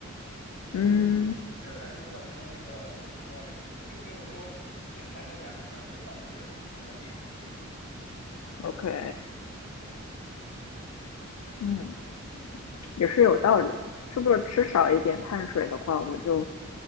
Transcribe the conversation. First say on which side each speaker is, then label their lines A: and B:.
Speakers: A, on the left (about 65°); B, on the left (about 45°).
A: 嗯
B: 这才是患糖尿病的主要原因。我并没有说吃太多白米饭会导致糖尿病。
A: ，OK，嗯，也是有道理的，是不是吃少一点碳水的话，我就